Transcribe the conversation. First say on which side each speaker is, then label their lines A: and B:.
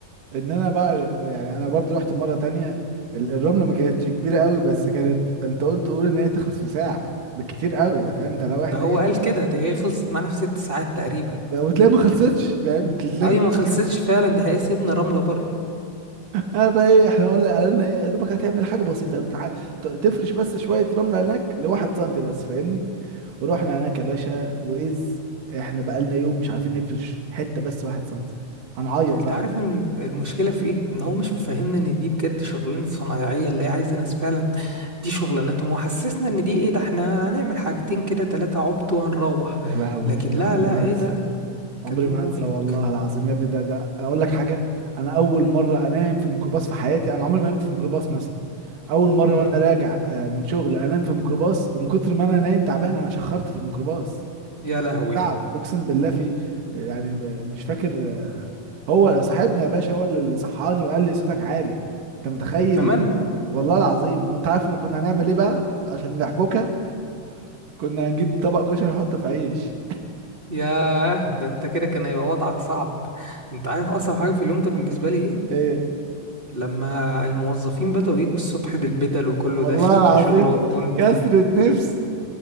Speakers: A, on the right; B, on the right.
A: ان انا بقى يعني انا برضو رحت مرة تانية ال- الرملة ما كانتش كبيرة قوي بس كانت انت قلت قول ان هي تخلص في ساعة بالكتير قوي ده فاهم ده لو احنا
B: ده هو
A: ايه
B: قال كده دي هي خلصت معانا في ست ساعات تقريبا
A: ده وتلاقي ما خلصتش فاهم انت تلاقيك
B: ايوه
A: بس
B: ما خلصتش فعلا دي هي سيبنا رمله بره
A: انا بقى ايه احنا قلنا قالوا لنا ايه يا دوبك هتعمل حاجة بسيطة تع- ت- تفرش بس شوية رملة هناك لواحد سنتي بس فاهمني ورحنا هناك يا باشا واذ احنا بقالنا يوم مش عارفين نفرش حته بس واحد سنتي هنعيط
B: انت
A: بقى
B: عارف الم- المشكله في ايه ان هو مش مفهمنا ان دي بجد شغلانه صنايعيه اللي هي عايزه ناس فعلا دي شغلانتهم وحسسنا ان دي ايه ده احنا هنعمل حاجتين كده ثلاثه عبط وهنروح
A: يا لهوي
B: لكن
A: ده
B: لا
A: عمري
B: لا
A: ما
B: ايه
A: هنسى
B: ده
A: عمري
B: كان يوم
A: ما هنسى
B: مهلك
A: والله العظيم يا ابني ده ده اقول لك حاجه انا اول مره انام في ميكروباص في حياتي انا عمري ما نمت في ميكروباص مثلا اول مره
B: امم
A: وانا راجع آه، من شغل انام في ميكروباص ومن كتر ما انا نايم تعبان انا شخرت في الميكروباص
B: يا
A: من كتر
B: لهوي
A: تعب اقسم بالله في آه، يعني ب- مش فاكر هو صاحبنا يا باشا هو اللي صحاني وقال لي صوتك عالي انت متخيل
B: كمان
A: والله العظيم وانت عارف كنا هنعمل ايه بقى عشان نحبكها كنا هنجيب طبق كشري نحط في عيش
B: ياه ده انت كده كان هيبقى وضعك صعب انت عارف اصعب حاجه في اليوم ده بالنسبه لي ايه
A: ايه
B: لما الموظفين بدأوا يجوا الصبح بالبدل وكله
A: والله
B: داخل بقى
A: العظيم
B: شغله وانت
A: كسرة نفس